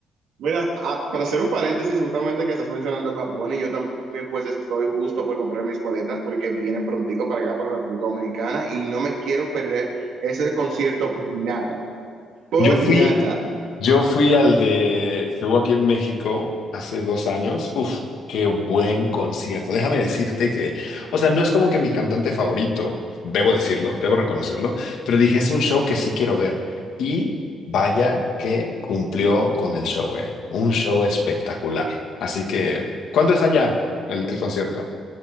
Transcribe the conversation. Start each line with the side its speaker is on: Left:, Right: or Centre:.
Right: Mira, a- para hacer un paréntesis, justamente que estás mencionando a Bad Bunny, yo también pues estoy justo por comprar mis boletas porque viene prontico para acá, para República Dominicana y no me quiero perder ese concierto por nada, por
Left: Yo fui,
Right: nada.
Left: yo fui al de que hubo aquí en México hace dos años. Uf, qué buen concierto. Déjame decirte que, o sea, no es como que mi cantante favorito, debo decirlo, debo reconocerlo, pero dije, es un show que sí quiero ver. Y vaya que cumplió con el show, eh. Un show espectacular. Así que, ¿cuándo es allá el, el concierto?